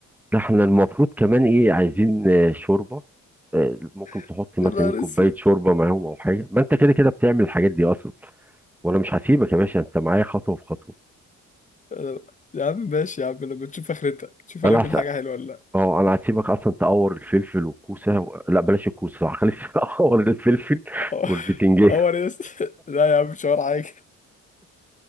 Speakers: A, in the centre; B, on the left.
A: ده احنا المفروض كمان ايه عايزين آه، شوربه آه، ممكن تحط
B: <laughs>
A: مثلا
B: يا نهار
A: إيه كوبايه
B: اسود
A: شوربه معاهم او حاجه ما انت كده كده بتعمل الحاجات دي اصلا وانا مش هسيبك يا باشا انت معايا خطوه بخطوه
B: انا- يا عم ماشي يا عم لما تشوف اخرتها تشوف
A: انا
B: هناكل
A: هس...
B: حاجة حلوة ولا لا
A: اه انا هسيبك اصلا تقور الفلفل والكوسه و... لا بلاش الكوسه صح خليك <laughs> تقور الفلفل
B: <laughs> اه
A: والبتنجان
B: هو يا اسطى لا يا عم مش حوار حاجة